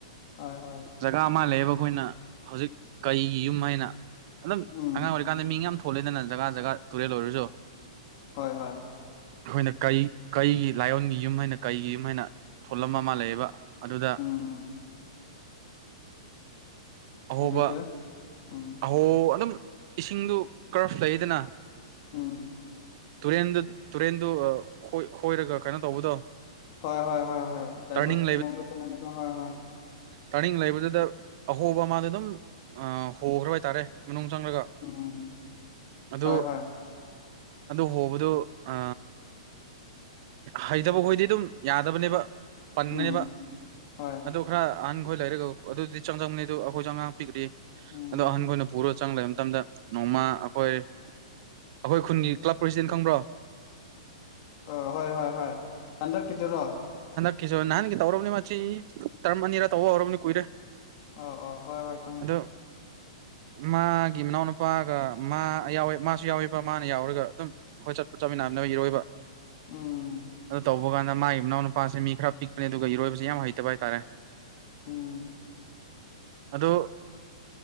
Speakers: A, on the left (about 45°); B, on the right (about 50°).
A: ꯍꯣꯏ ꯍꯣꯏ
B: ꯖꯒꯥ ꯑꯃ ꯂꯩꯌꯦꯕ ꯑꯩꯈꯣꯏꯅ ꯍꯧꯖꯤꯛ ꯀꯩꯒꯤ ꯌꯨꯝ ꯍꯥꯏꯅ ꯑꯗꯨꯝ
A: ꯎꯝ
B: ꯑꯉꯥꯡ ꯑꯣꯏꯔꯤꯀꯥꯟꯗ ꯃꯤ ꯌꯥꯝ ꯍꯣꯠꯂꯦꯗꯅ ꯖꯒꯥ ꯖꯒꯥ ꯇꯨꯔꯦꯜ ꯑꯣꯏꯔꯁꯨ
A: ꯍꯣꯏ ꯍꯣꯏ
B: ꯑꯩꯈꯣꯏꯅ ꯀꯩ ꯀꯩꯒꯤ ꯂꯥꯏꯌꯣꯟꯒꯤ ꯌꯨꯝ ꯍꯥꯏꯅ ꯀꯩꯒꯤ ꯌꯨꯝ ꯍꯥꯏꯅ ꯊꯣꯂꯝꯕ ꯑꯃ ꯂꯩꯌꯦꯕ ꯑꯗꯨꯗ
A: ꯎꯝ
B: ꯑꯍꯣꯕ
A: ꯑꯗꯨꯗ ꯎꯝ
B: ꯑꯍꯣ ꯑꯗꯨꯝ ꯏꯁꯤꯡꯗꯨ ꯀꯔꯐ ꯂꯩꯗꯅ
A: ꯑꯥ
B: ꯇꯨꯔꯦꯟꯗꯨ ꯇꯨꯔꯦꯟꯗꯨ ꯈꯣꯏꯔꯒ ꯀꯩꯅꯣ ꯇꯧꯕꯗꯣ
A: ꯍ ꯍꯣꯏ ꯍ ꯍꯣꯏ ꯗ꯭ꯔꯥꯏꯚꯔ
B: ꯇꯔꯅꯤꯡ
A: ꯃꯪꯒꯣ ꯆꯂꯅꯀ ꯍꯣꯏ ꯍ
B: ꯇꯥꯅꯤꯡ ꯂꯩꯕꯗꯨꯗ ꯑꯍꯣꯕ ꯑꯃꯗ ꯑꯗꯨꯝ ꯍꯣꯈ꯭ꯔꯕ ꯍꯥꯏꯇꯥꯔꯦ ꯃꯅꯨꯡ ꯆꯪꯂꯒ
A: ꯎꯝ
B: ꯑꯗꯨ
A: ꯍꯣꯏ ꯍꯣꯏ
B: ꯑꯗꯨ ꯍꯣꯕꯗꯨ ꯑ ꯍꯩꯇꯕ ꯍꯣꯏꯗꯤ ꯑꯗꯨꯝ ꯌꯥꯗꯕꯅꯦꯕ ꯄꯟꯅꯅꯕ
A: ꯎꯝ ꯍꯣꯏ
B: ꯑꯗꯨ ꯈꯔ ꯑꯍꯟꯈꯣꯏ ꯂꯩꯔꯒ ꯑꯗꯨꯗꯤ ꯆꯪꯖꯕꯅꯤ ꯑꯗꯨ ꯑꯩꯈꯣꯏꯁꯨ ꯑꯉꯥꯡ ꯄꯤꯛ꯭ꯔꯤ
A: ꯎꯝ
B: ꯑꯗꯣ ꯑꯍꯈ ꯑꯣꯏꯅ ꯄꯨꯔ ꯆꯪ ꯂꯩ ꯃꯇꯝꯗ ꯅꯣꯡꯃ ꯑꯩꯈꯣꯏ ꯑꯩꯈꯣꯏ ꯈꯨꯟꯒꯤ ꯀ꯭ꯂꯕ ꯄ꯭ꯔꯁꯤꯗꯦꯟ ꯈꯪꯕ꯭ꯔꯣ
A: ꯑ ꯍꯣꯏ ꯍꯣꯏ ꯍꯣꯏ ꯍꯟꯗꯛꯀꯤꯗꯨꯔꯣ
B: ꯀꯁꯨ ꯅꯍꯥꯟꯒꯤ ꯇꯧꯔꯕꯅꯤ ꯃꯁꯤꯆ ꯇꯔꯝ ꯑꯅꯤꯔ ꯇꯧꯕ ꯍꯧꯔꯕꯅꯤ ꯀꯨꯏꯔꯦ
A: ꯑꯣ ꯑꯣ ꯍꯣꯏ ꯍꯣꯏ ꯈꯪꯉꯦ
B: ꯑꯗꯣ <inaudible> ꯃꯥꯒꯤ ꯃꯅꯥꯎꯅꯨꯄꯥꯒ ꯃꯥ ꯌꯥꯎꯋ ꯃꯥꯁꯨ ꯌꯥꯎꯋꯦꯕ ꯃꯥꯅ ꯌꯥꯎꯔꯒ ꯑꯗꯨꯝ ꯑꯩꯈꯣꯏ ꯆꯠꯄ ꯆꯠꯃꯤꯟꯅ ꯔꯣꯏꯕ
A: ꯎꯝ
B: ꯍꯄ ꯀꯥꯟꯗꯒꯤ ꯏꯅꯥꯎ ꯅꯨꯄꯥꯁ ꯃꯤ ꯈꯔ ꯄꯤꯛꯄꯅꯦ ꯑꯗꯨꯒ ꯏꯔꯣꯏꯕꯁꯤ ꯌꯥꯝ ꯍꯩꯇꯕ ꯍꯥꯏꯇꯥꯔꯦ
A: ꯑꯝ
B: ꯑꯗꯣ